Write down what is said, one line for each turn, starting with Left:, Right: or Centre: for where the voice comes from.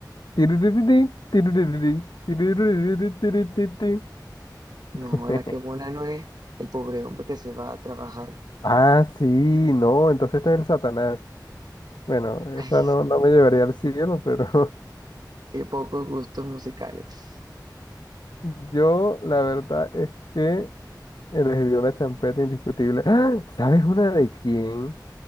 Left: Tiririrí, tiririrí, tiririrí, tiriririrí. <laughs>
Right: No, la que mona no es el pobre hombre que se va a trabajar.
Left: Ah, sí, no, entonces este es el Satanás. Bueno,
Right: Ay,
Left: esa no, no me llevaría al cielo, pero
Right: qué pocos gustos musicales.
Left: <laughs> yo la verdad es que elegiría una champeta indiscutible. <gasps> ¡Ah! ¿Sabes una de quién?